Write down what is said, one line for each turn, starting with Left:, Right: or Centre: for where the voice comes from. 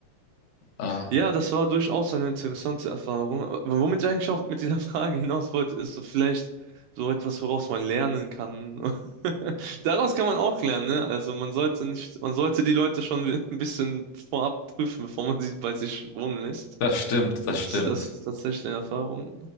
Left: Äh,
Right: Ja, das war durchaus eine interessante Erfahrung. Aber womit ich eigentlich auch mit dieser Frage hinaus wollte, ist so vielleicht so etwas, woraus man lernen kann. <laughs> Daraus kann man auch lernen, ne? Also man sollte nicht, man sollte die Leute schon ein bisschen vorab prüfen, bevor man sie bei sich wohnen lässt.
Left: das stimmt, das stimmt.
Right: Ist das tatsächlich eine Erfahrung?